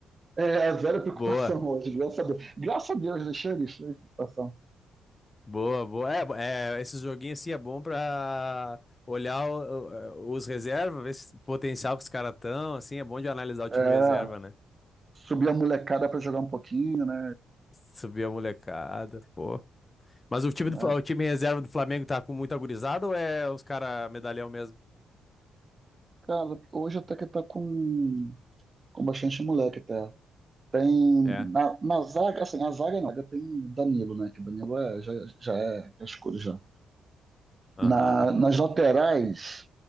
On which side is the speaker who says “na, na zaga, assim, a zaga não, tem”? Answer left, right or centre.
Right